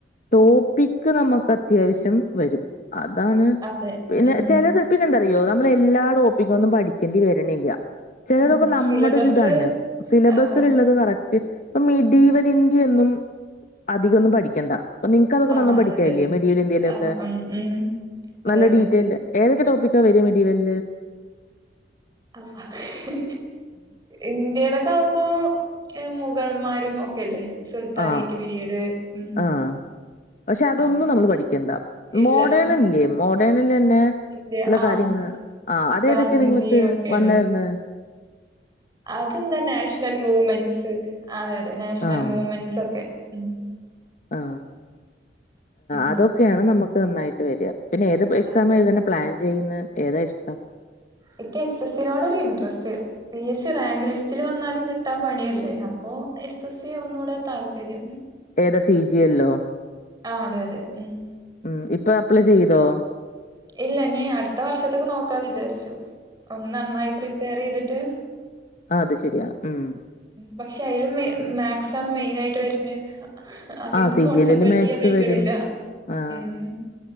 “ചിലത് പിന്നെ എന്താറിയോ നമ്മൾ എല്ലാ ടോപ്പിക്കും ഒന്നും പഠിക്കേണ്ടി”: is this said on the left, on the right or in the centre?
Left